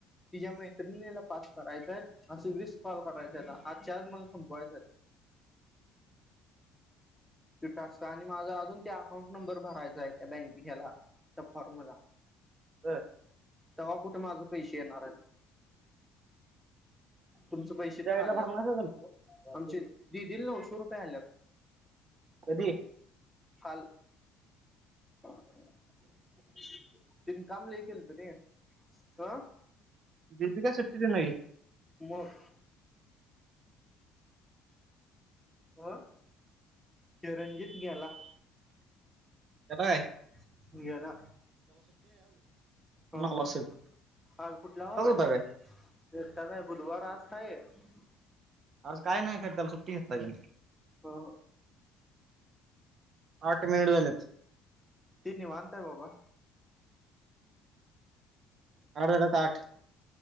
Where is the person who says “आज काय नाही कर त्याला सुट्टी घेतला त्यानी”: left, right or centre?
Right